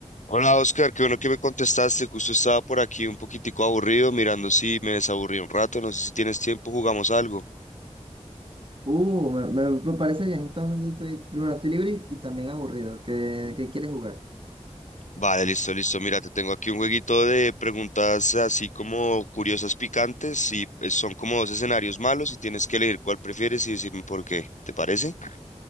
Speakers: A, on the left; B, on the right.
A: Hola Oscar, qué bueno que me contestaste. Justo estaba por aquí un poquitico aburrido, mirando si me desaburrí un rato. No sé si tienes tiempo, jugamos algo.
B: Uh, me, me- me parece bien, justamente estoy, primero estoy libre y, y también aburrido. ¿Qué, qué quieres jugar?
A: Vale, listo, listo. Mira, te tengo aquí un jueguito de preguntas así como curiosas, picantes, y pues, son como dos escenarios malos y tienes que elegir cuál prefieres y decirme por qué. ¿Te parece?